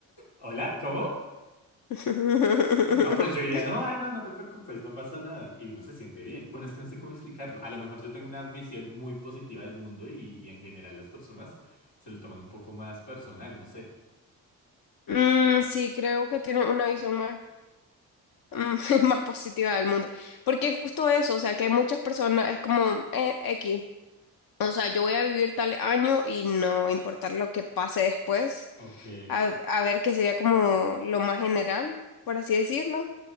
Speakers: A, on the left; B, on the left.
A: ¿Hola? ¿Cómo?
B: <laughs>
A: No, pues yo diría, no, ay, no, no te preocupes, no pasa nada. Y uno se siente bien. Bueno, es que no sé cómo explicarlo. A lo mejor yo tengo una visión muy positiva del mundo y, y en general las personas se lo toman un poco más personal, no sé.
B: Mm, sí, creo que tiene una visión más, mm, <laughs> más positiva del mundo. Porque es justo eso, o sea, que hay muchas personas, es como eh, X. O sea, yo voy a vivir tal año y no va a importar lo que pase después.
A: Ok.
B: A, a ver, que sería como lo más general, por así decirlo.